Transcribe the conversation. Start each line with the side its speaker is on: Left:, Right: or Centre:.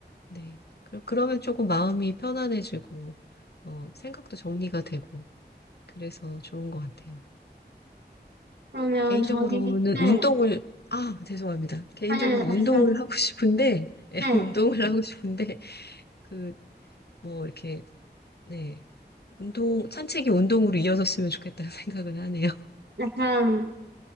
Left: 네. 그- 그러면 조금 마음이 편안해지고 어, 생각도 정리가 되고 그래서 좋은 것 같아요.
Right: 그러면
Left: 개인적으로는
Right: 저희, 네.
Left: 운동을 아, 죄송합니다. 개인적으로
Right: 아니, 아니, 말씀하세요.
Left: 운동을 하고 싶은데 <laughs> 예,
Right: 네.
Left: 운동을 하고 싶은데 그 뭐 이렇게 네. 운동, 산책이 운동으로 이어졌으면 좋겠다는 <laughs> 생각은 하네요.
Right: 약간